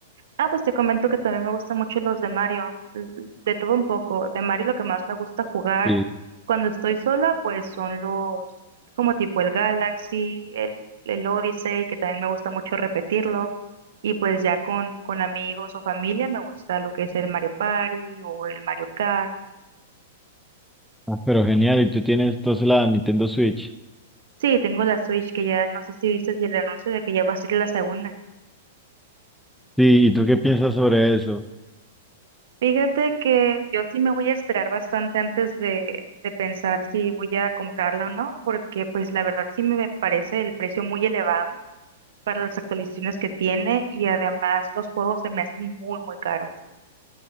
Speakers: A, on the right; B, in the centre.
A: Ah, pues te comento que también me gustan mucho los de Mario, l- l- de todo un poco. De Mario lo que más me gusta jugar
B: Sí.
A: cuando estoy sola, pues son los como tipo el Galaxy, el, el Odyssey, que también me gusta mucho repetirlo. Y pues ya con, con amigos o familia me gusta lo que es el Mario Party o el Mario Kart.
B: Ah, pero genial, y tú tienes entonces la Nintendo Switch.
A: Sí, tengo la Switch que ya, no sé si viste el anuncio de que ya va a ser la segunda.
B: Sí, ¿y tú qué piensas sobre eso?
A: Fíjate que yo sí me voy a esperar bastante antes de, de pensar si voy a comprarla o no, porque pues la verdad sí me parece el precio muy elevado para las actualizaciones que tiene y además los juegos se me hacen muy, muy caros.